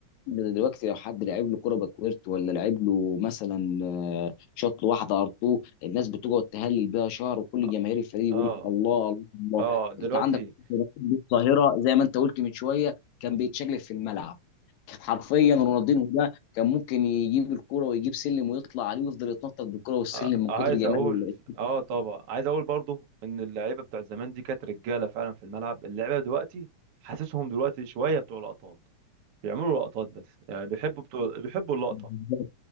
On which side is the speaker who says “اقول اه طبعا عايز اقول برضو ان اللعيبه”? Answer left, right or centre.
Right